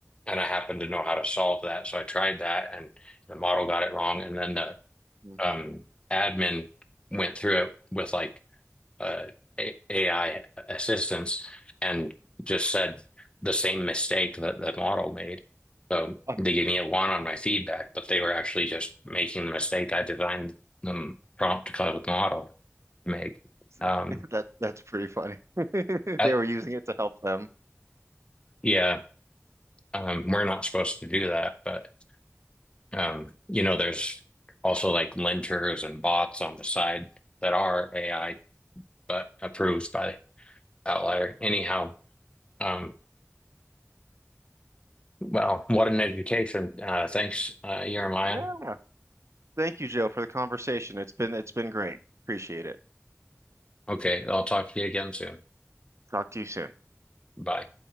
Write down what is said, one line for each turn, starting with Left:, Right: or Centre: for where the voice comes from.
Left: And I happened to know how to solve that, so I tried that, and the model got it wrong. And then the
Right: mhm.
Left: um, admin went through it with like uh, AI assistants and just said the same mistake that the model made. So
Right: Um,
Left: they gave me a one on my feedback, but they were actually just making the mistake I designed them prompt cloud model to make.
Right: <laughs>
Left: Um,
Right: That that's pretty funny. <laughs> They
Left: uh,
Right: were using it to help them.
Left: yeah, um, we're not supposed to do that, but um, you know, there's also like linters and bots on the side that are AI, but approved
Right: Yeah.
Left: by Outlier. Anyhow, um, Wow, what an education. Uh, thanks, uh, Jeremiah.
Right: Yeah. Thank you, Joe, for the conversation. It's been it's been great. Appreciate it.
Left: Okay, I'll talk to you again soon.
Right: Talk to you soon.
Left: Bye.